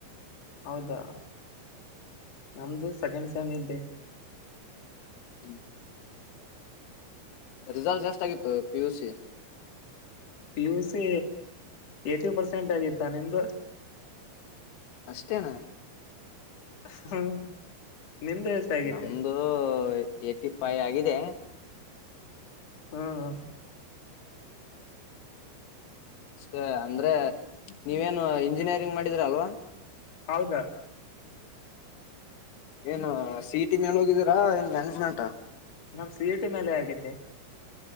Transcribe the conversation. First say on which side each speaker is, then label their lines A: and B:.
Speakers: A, on the left; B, on the left.
A: ಹೌದಾ ನಮ್ದು ಸೆಕೆಂಡ್ ಸೆಮ್ ಇದ್ದೆ.
B: ಹ್ಮ್ ರಿಸಲ್ಟ್ ಎಸ್ಟ್ ಆಗಿತ್ತು P U C.
A: P U C eighty percent ಆಗಿತ್ತ ನಿಮ್ದು.
B: ಅಷ್ಟೇನಾ.
A: ಹ್ಮ್ ನಿಮ್ದು ಎಷ್ಟ ಆಗೈತೆ
B: ನಮ್ದು ಎಯ್ಟಿ ಫೈವ್ ಆಗಿದೆ.
A: ಹಾಅ
B: ಅಷ್ಟೇ ಅಂದ್ರೆ ನೀವೇನು ಇಂಜಿನಿಯರಿಂಗ್ ಮಾಡಿದ್ರ ಅಲ್ವಾ.
A: ಹೌದಾ
B: ಏನು ಸಿ ಇ ಟಿ ಮೇಲೆ ಹೋಗಿದ್ದೀರಾ ಏನ್ ಮ್ಯಾನೇಜ್ಮೆಂಟಾ.
A: ನಮದ ಸಿ ಇ ಟಿ ಮೇಲೆ ಆಗೈತೆ.